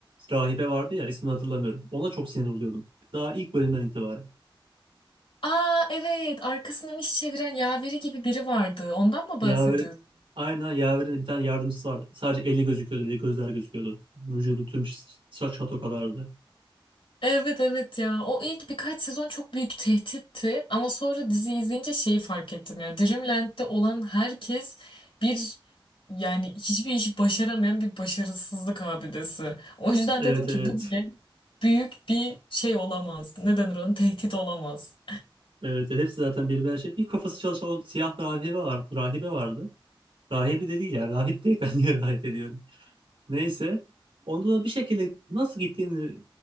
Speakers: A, on the right; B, on the left.
A: rahibe vardı ya ismini hatırlamıyorum. Ona çok sinir oluyordum. Daha ilk bölümden itibaren.
B: Aa evet arkasından iş çeviren yaveri gibi biri vardı. Ondan mı
A: Yaver,
B: bahsediyorsun?
A: aynen Yaver'in de bir tane yardımcısı vardı. Sadece eli gözüküyordu, bir de gözler gözüküyordu. Vücudu tüm ş- saç şato kadardı.
B: Evet evet ya o ilk birkaç sezon çok büyük tehditti ama sonra dizi izleyince şeyi fark ettim ya Dreamland'de olan herkes bir yani hiçbir işi başaramayan bir başarısızlık abidesi. O yüzden
A: Evet,
B: dedim ki
A: evet.
B: bu bile büyük bir şey olamaz. Ne denir onun tehdit olamaz.
A: Evet, evet. hepsi zaten birbirine şey. Bir kafası çalışan o siyah rahibe var Rahibe vardı. rahibe de değil ya. Rahip değil <laughs> ben niye rahip ediyorum. Neyse. Onda da bir şekilde nasıl gittiğini